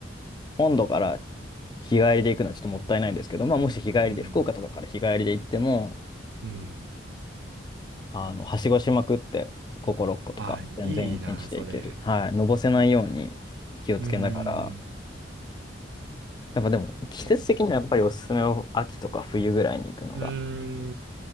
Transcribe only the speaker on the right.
うん。
うん。
あ、いいな、
それ。
うん。
えーうーん。